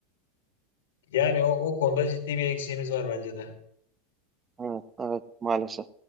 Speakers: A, on the left; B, on the right.
A: Yani o, o konuda ciddi bir eksiğimiz var bence de.
B: Evet, evet maalesef.